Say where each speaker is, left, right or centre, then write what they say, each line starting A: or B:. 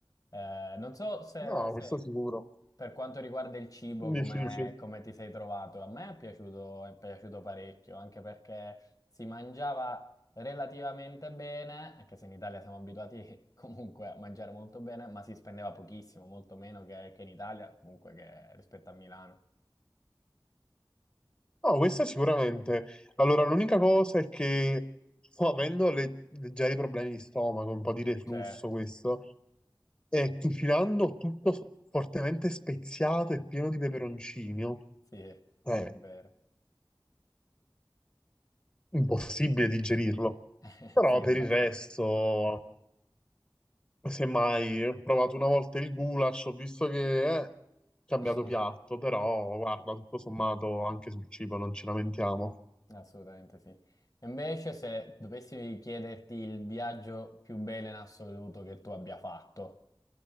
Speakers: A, on the left; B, on the left.
A: Eh, non so se,
B: No,
A: se-
B: questo sicuro.
A: per quanto riguarda il cibo,
B: 15
A: come, come ti sei trovato? A me è piaciuto, è piaciuto parecchio, anche perché si mangiava relativamente bene, anche se in Italia siamo abituati <laughs> comunque a mangiare molto bene, ma si spendeva pochissimo, molto meno che, che in Italia, comunque che rispetto a Milano.
B: No, questa sicuramente. Allora, l'unica cosa è che sto avendo le- leggeri problemi di stomaco, un po' di reflusso
A: Certo,
B: questo, e cucinando tutto s- fortemente speziato e pieno di peperoncino,
A: sì, è
B: è
A: vero.
B: impossibile digerirlo.
A: <laughs>
B: Però
A: Sì, è
B: per
A: abbastanza.
B: il resto, semmai, ho provato una volta il goulash, ho visto che è cambiato
A: <laughs>
B: piatto, però guarda, tutto sommato anche sul cibo non ci lamentiamo.
A: Assolutamente sì. Invece, se dovessi chiederti il viaggio più bello in assoluto che tu abbia fatto.